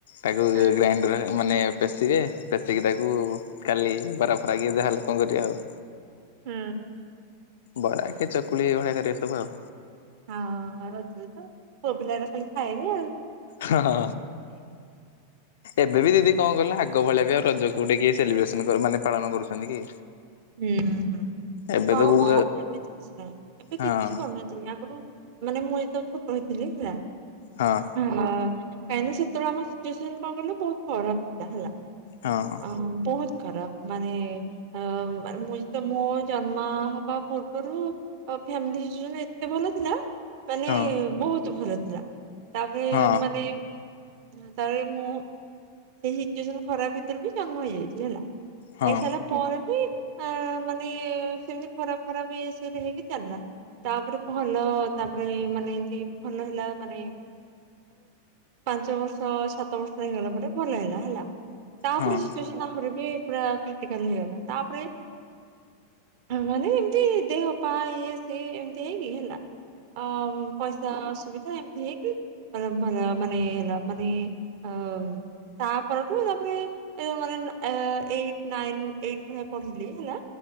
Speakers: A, on the left; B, on the right.
A: ତାକୁ
B: ହଁ
A: ଗ୍ରାଇଣ୍ଡର ମାନେ ପେଷିବେ। ପେଶିକି ତାକୁ କାଲି ବରା ଫରା କି ଯାହାହେଲେ କଣ କରିବା ଆଉ।
B: ହୁଁ।
A: ବରା କି ଚକୁଳି ଏଭଳିଆ କରିବା ସବୁ ଆଉ।
B: ହଁ ରଜ ତ ପୁଅ ପିଲାତ ଖାଲି ଖାଇବେ ଆଉ।
A: ହଁ ହଁ। ଏବେ ବି ଦିଦି କଣ କହିଲ ଆଗ ଭଳିଆ ବି ଆଉ ରଜ କୋଉଠି କିଏ ସେଲିବ୍ରେସନ ମାନେ ପାଳନ କରୁଛନ୍ତି କି?
B: ହୁଁ ହୁଁ
A: ଏବେ
B: ହଁ
A: ତ କୋଉ
B: ମ ଏମିତି କିଛି ନାହିଁ ଏବେ
A: ହଁ
B: କିଛି କରୁନାହାନ୍ତି ଆଗରୁ ମାନେ ମୁଁ ଏତ ଛୋଟ ହେଇଥିଲି ହେଲା
A: ହଁ।
B: ହଁ। କାହିଁକି ନା ସେତେବେଳେ ଆମ ସିଚୁଏସନ କଣ କହିଲ ବହୁତ ଖରାପ ଥିଲା ହେଲା।
A: ହଁ।
B: ଅ ବହୁତ ଖରାପ ମାନେ ଅ ମାନେ ମୁଁ ତ ମୋ ଜନ୍ମ ହବା ପୂର୍ବରୁ ଫ୍ୟାମିଲି ସିଚୁଏସନ ଏତେ ଭଲ ଥିଲା ମାନେ
A: ହଁ
B: ବହୁତ ଭଲ ଥିଲା, ତାପରେ
A: ହଁ
B: ମାନେ ତା ପରେ ମୁଁ ସେଇ ସିଚୁଏସନ ଖରାପ ଭିତରେ ବି ଜନ୍ମ ହେଇଯାଇଥିଲି ହେଲା।
A: ହଁ
B: ହେଇସାରିଲା ପରେ ବି ଆ ମାନେ ସେମିତି ଖରାପ ଖରାପ ଇଏ ସେରେ ହେଇକି ଚାଲିଲା। ତାପରେ ଭଲ, ତାପରେ ମାନେ ଏମତି ଭଲ ହେଲା ମାନେ ପାଞ୍ଚ ବର୍ଷ ସାତ ବର୍ଷ ହେଇଗଲା ପରେ ଭଲ ହେଲା ହେଲା। ତାପରେ
A: ହଁ ହଁ
B: ସିଚୁସନ ଆହୁରି ବି ପୁରା କ୍ରିଟିକାଲ ହେଇଗଲା, ତାପରେ ମାନେ ଏମତି ଦେହ ପା ଇଏ ସିଏ ଏମତି ହେଇକି ହେଲା ଅ ପଇସା ଶା ଆ ସୁବିଧା ଏମିତି ହେଇକି ମାନେ ଭଲ ମାନେ ମାନେ ଅ ତାପଠୁ, ତାପରେ <unintelligible> ଏଇ ନାଇ ଏଇଟି ନାଇନି ପଢିଲି ହେଲା,